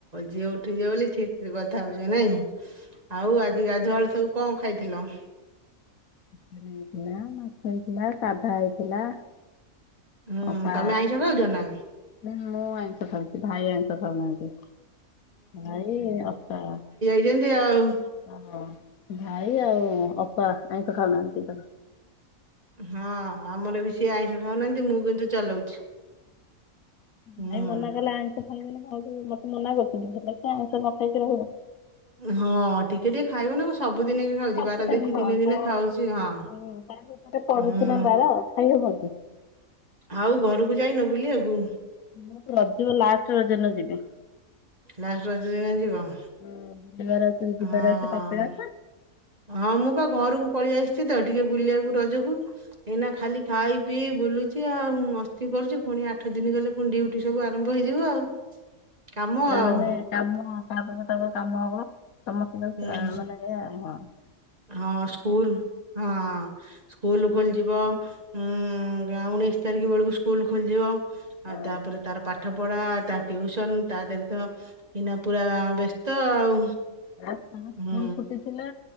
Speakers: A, on the right (about 30°); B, on the left (about 80°).
A: ଝିଅ ଉଠିଯିବ ବୋଲି ସେଥିରେ କଥା ହଉଛ ନାଇଁ ଆଉ ଆ ଗାଧୁଆଳୁ ସବୁ କଣ ଖାଇଥିଲ?
B: ହେଇଥିଲା ମାଛ ହେଇଥିଲା ସାଧା ହେଇଥିଲା।
A: ହୁଁ
B: ଅପା
A: ତମେ ଆଇଁଷ ଖାଉଛ ନା?
B: ମୁଁ ଆଇଷ ଖାଉଛି ଭାଇ ଆଇଷ ଖାଉନାହାନ୍ତି ଭାଇ ଅପା
A: ଯେମତି ଆଉ
B: ଓୋ ଭାଇ ଆଉ ଅପା ଆଇଁଶ ଖାଉନାହାନ୍ତି ତ
A: ହଁ ଆମର ବି ସିଏ ଆଇଁଷ ଖାଉନାହାନ୍ତି ମୁଁ କିନ୍ତୁ ଚଲଉଛି। ହୁଁ।
B: ଭାଇ ମନା କଲା ଆ ସ ଖାଇବେନି ମତେ ମନା କରୁଛନ୍ତି ଭ ତ ଆଇଷ ନ ଖାଇକି ରହିବ।
A: ହଁ ଟିକେ ଟିକ ଖାଇବ ନା ମୁ ସବୁଦିନେ କି ଖାଉଛି
B: ସବୁଦିନ
A: ବାର ଦେଖି
B: ହଁ
A: ଦିନେ ଦିନେ
B: ତା
A: ଖାଉଛି ହଁ
B: ହୁଁ ତା ଭିତରେ ପଡୁଛି
A: ହୁଁ।
B: ନା <unintelligible>
A: ଆଉ ଘରକୁ ଯାଇନ ବୁଲି ବାକୁ?
B: ମୁଁ ରଜ ଲାଷ୍ଟ ରଜ ଦିନ ଯିବି।
A: ଲାଷ୍ଟ ରଜ ଦିନ ଯିବ।
B: <unintelligible>
A: ହଁ
B: ଅଛି କପିଳାସ।
A: ହଁ ମୁଁ ପା ଘରକୁ ପଳେଇ ଆସିଛି ତ ଟିକେ ବୁଲିବାକୁ ରଜକୁ। ଏଇନା ଖାଲି ଖାଇ ପିଇ ବୁଲୁ ଅଛି ଆଉ ମସ୍ତି କରୁଛୁ ପୁଣି ଆଠ ଦିନ ଗଲେ ପୁଣି ଡିଉଟି ସବୁ ଆରମ୍ଭ ହେଇଯିବ ଆଉ। କାମ ଆଉ
B: ମାନେ କାମ କାହା ପାଖ ତାପ କାମ ହବ ସମସ୍ତଙ୍କ
A: ହୁଁ
B: ମାନେ ସେୟା <unintelligible>
A: ହଁ ସ୍କୁଲ୍, ହଁ। ସ୍କୁଲ୍ ଖୋଲିଯିବ, ଉଁ ଗା ଉଣେଇଶି ତାରିଖ ବେଳୁକୁ ସ୍କୁଲ୍ ଖୋଲିଯିବ।
B: ହଁ
A: ଆଉ ତାପରେ ତାର ପାଠପଢା ତା ଟିଉସନ୍ ତାଦେରେ ତ ଏଇନା ପୁରା ବ୍ୟସ୍ତ ଆଉ।
B: <unintelligible> ସ୍କୁଲ୍
A: ହୁଁ
B: ଛୁଟି ଥିଲା